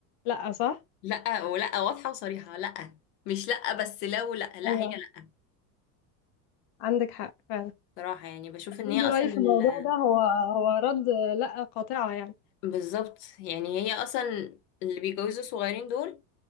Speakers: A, on the left; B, on the left.
A: لا صح
B: لا ولا واضحة وصريحة لا مش لا بس لو لا لا
A: ايوه
B: هي لا
A: عندك حق فعلا
B: صراحة يعني بشوف ان
A: برضو
B: هي
A: رأيي
B: اصلا ال-
A: في الموضوع ده هو هو رد لا قاطعة يعني
B: بالظبط يعني هي اصلا اللي بيتجوزوا صغيرين دول